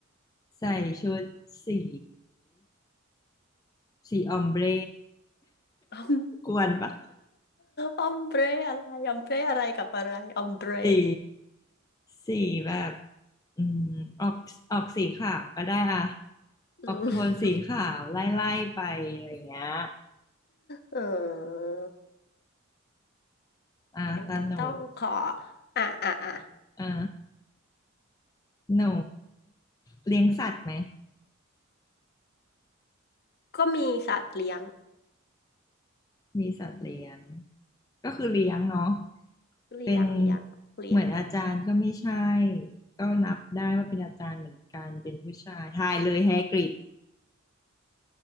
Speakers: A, on the left (about 15°); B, on the left (about 50°).
A: ใส่ชุดสีสีออมเบร
B: อม
A: กวนปะ
B: อมเบรอะไรอมเบรอะไรกับอะไรอมเบร
A: สีสีแบบอืมออกออกสีขาวก็ได้อ่ะ
B: อืม
A: ออกโทนสีขาวไล่ไล่ไปอะไรอย่างเงี้ย
B: เออ
A: อ่าตาหนู
B: งั้นก็ต้องขออ่ะอ่ะอ่ะ
A: อ่าหนูเลี้ยงสัตว์ไหม
B: ก็มีสัตว์เลี้ยง
A: มีสัตว์เลี้ยงก็คือเลี้ยงเนาะ
B: เลี้ยง
A: เป็น
B: เลี้ยงเลี้ยง
A: เหมือนอาจารย์ก็ไม่ใช่ก็นับได้ว่าเป็นอาจารย์เหมือนกันเป็นผู้ชายทายเลยแฮกริด